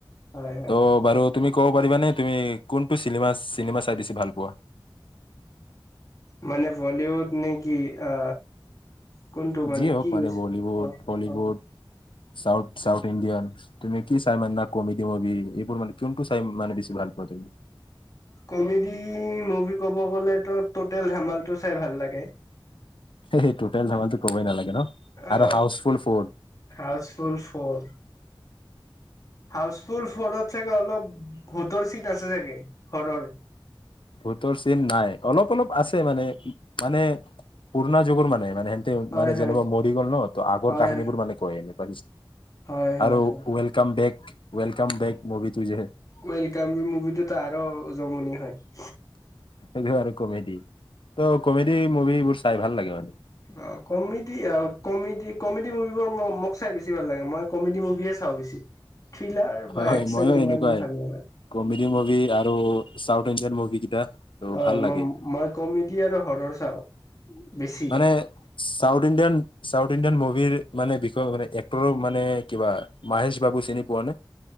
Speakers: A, on the left; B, on the left.
A: হয় হয়
B: ত বাৰু তুমি কব পাৰিবা নে তুমি কোনটো চিনেমা চাই বেছি ভাল পোৱা
A: মানে বলিউড নেকি অ কোনটো মানে
B: যিয়ে হওক
A: কি হৈছে
B: বলীউড
A: অ
B: হলিউড
A: অ
B: চাউথ চাউথ ইণ্ডিয়ান তুমি কি চাই মানো কমেডি মুভি এইবোৰ মানে কোনটো চাই মানে বেছি ভাল পাওঁ তুমি <inaudible>
A: কমেডি মুভি ক'ব গ'লেতো ট'টেল ধামালটো চাই ভাল লাগে
B: সেই সেই টোটেল ধামান টো কবই নালাগে ন আৰু
A: অ
B: housefull four
A: housefull for housefull ফৰত চাগে অলপ ভোতৰ চিন আছে চাগে ঘৰৰ
B: ভূতৰ চিন নাই অলপ অলপ আছে মানে মানে পুৰণা যুগৰ মানে মানে সেহতে
A: হয়
B: মানে
A: হয়
B: যেনেকা মৰি গ'ল ন ত আগৰ
A: হয়
B: কাহিনী
A: হয়
B: বোৰ মানে কৈ প
A: হয় হয়
B: আৰু
A: হয়।
B: ৱেলকাম বেক ৱেলকাম বেক মুভিটো যে
A: ৱেলকাম মুভিটোতো আৰু যমনি হয়।
B: সেইটো আৰু কমেডি ত' কমেডি মুভিবোৰ চাই ভাল লাগে মানে।
A: অ কমেডি কমেডি কমেডি মুভিবোৰ মোক চাই বেছি বেছি ভাল লাগে মই কমেডি মুভিয়ে চাওঁ বেছি। থ্ৰিলাৰ বা
B: হয়
A: একচন
B: ময়ো
A: ইমান
B: এনেকুৱাই
A: ভাল নালাগে
B: কমেডী মুভি আৰু চাউথ ইণ্ডিয়ান মুভি কেইটা ত'
A: হয়
B: ভাল লাগে।
A: ম মই কমেডি আৰু হৰৰ চাওঁ। বেছি
B: মানে চাউথ ইণ্ডিয়ান চাউথ ইণ্ডিয়ান ম ৰ মানে বিষয় মে এক্ৰৰ মানে কিবা, মাহেশ বাবু চিনি পোৱা নে?